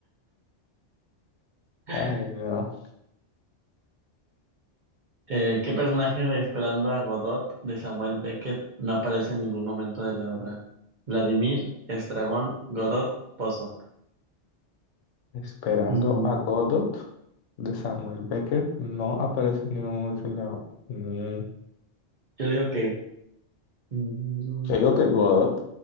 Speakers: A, on the right (about 50°); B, on the left (about 80°).
A: <laughs>
B: Ay, no.
A: Eh, ¿qué personaje de Esperando a Godot de Samuel Beckett no aparece en ningún momento de la obra? Vladimir, Estragón, Godot, Pozo.
B: Esperando
A: Mm,
B: a Godot de Samuel Beckett no aparece en ningún momento en la- Mm,
A: yo digo que Mm,
B: Yo digo que Godot,